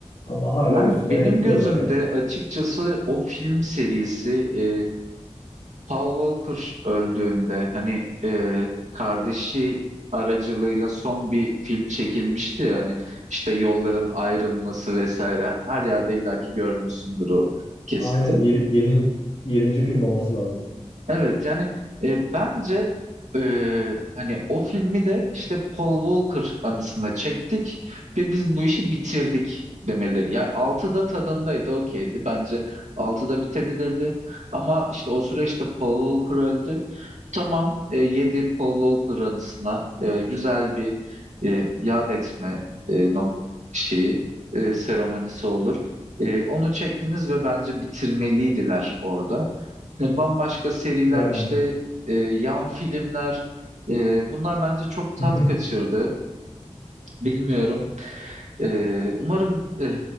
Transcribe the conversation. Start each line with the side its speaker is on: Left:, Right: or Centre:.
Left: Ama hala
Right: Yani
Left: üstüne
Right: benim
Left: ekliyorlar
Right: gözümde
Left: yani.
Right: açıkçası o film serisi e, Paul Walker öldüğünde hani e, kardeşi aracılığıyla son bir film çekilmişti ya hani işte yolların ayrılması vesaire her yerde illaki görmüşsündür o kesiti.
Left: Aynen 7. yedinci film olması lazım.
Right: Evet yani e, bence e, hani o filmi de işte Paul Walker anısına çektik ve biz bu işi bitirdik demeleri. Yani 6'da tadındaydı okeydi bence 6'da bitebilirdi ama işte o süreçte Paul Walker öldü. Tamam e, 7 Paul Walker anısına e, güzel bir e, yad etme e, nok- şeyi e, seremonisi olur. E, onu çektiniz ve bence bitirmeliydiler orada. E, Bambaşka seriler
Left: Yani
Right: işte e, yan filmler e, bunlar bence çok tat
Left: <laughs>
Right: kaçırdı. Bilmiyorum. E, umarım e,